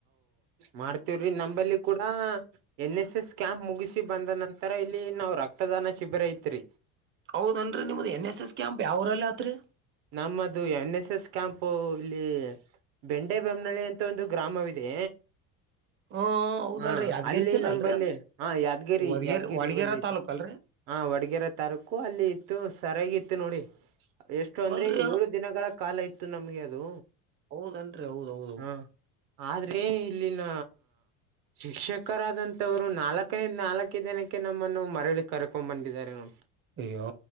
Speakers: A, on the right (about 70°); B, on the right (about 30°).
A: ಮಾಡ್ತವ್ರಿ ನಂಬಲ್ಲಿ ಕೂಡ. ಎನ್ ಎಸ್ ಎಸ್ ಕ್ಯಾಂಪ್ ಮುಗಿಸಿ ಬಂದ ನಂತರ ಇಲ್ಲಿ ನಾವ್ ರಕ್ತದಾನ ಶಿಬಿರ ಇತ್ರಿ.
B: ಹೌದನ್ರಿ ನಿಮ್ದ್ ಎನ್ ಎಸ್ ಎಸ್ ಕ್ಯಾಂಪ್ ಯಾವೂರಲ್ಲಿ ಆತ್ರಿ.
A: ನಮ್ಮದು ಎನ್ ಎಸ್ ಎಸ್ ಕ್ಯಾಂಪು ಇಲ್ಲಿ. ಬೆಂಡೆ ಬೊಮ್ಮನಹಳ್ಳಿ ಅಂತ ಒಂದು ಗ್ರಾಮವಿದೆ.
B: ಹಾ ಹೌದಲ್ರಿ
A: ಹಾ
B: ಯಾದಗಿರಿ
A: ಅಲ್ಲಿ
B: ಜಿಲ್ಲೆ
A: ನಂಬಲ್ಲಿ
B: ಅಲ್ರಿ ಅದು
A: ಹಾ ಯಾದ್ಗಿರಿ
B: ವದಗೇರಿ
A: ಯಾದ್ಗಿರಿ
B: ವಡಗೇರಾ
A: ಬಲಿ ಐತೆ.
B: ತಾಲೂಕ್ ಅಲ್ರಿ?
A: ಹಾ ವಡಗರೆ ತಾಲ್ಲುಕು ಅಲ್ಲಿ ಇತ್ತು ಸರಿಯಾಗಿ ಇತ್ತು ನೋಡಿ. ಅಷ್ಟು ಅಂದ್ರೆ
B: ಅಲ್ರಿ
A: ಏಳು ದಿನಗಳ ಕಾಲ ಇತ್ತು ನಮ್ಗೆ ಅದು.
B: ಹೌದನ್ರಿ ಹೌದೌದು.
A: ಹ್ಮ ಆದ್ರೇ. ಇಲ್ಲಿನ ಶಿಕ್ಷಕರಾದಂತವ್ರು ನಾಲ್ಕೈಡ್ ನಾಲ್ಕೇ ಜನಕ್ಕೆ ನಮ್ಮಗೆ. ಮರಳಿ ಕರ್ಕೊಂಡ್ ಬಂದಿದ್ದಾರೆ ನೋಡ್.
B: ಅಯ್ಯೋ